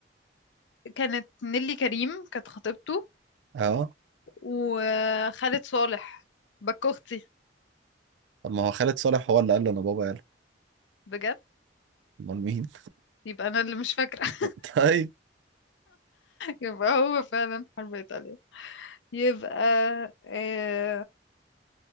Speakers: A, on the left (about 80°); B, on the right (about 80°).
A: كانت نيلي كريم كانت خطيبته
B: اه
A: وخالد صالح باك اختي
B: طب ما هو خالد صالح هو اللي قال له انا بابا يلا
A: بجد
B: امال مين
A: يبقى انا اللي مش فاكره <laughs>
B: <laughs> طيب
A: يبقى هو فعلا حرب ايطاليا يبقى اه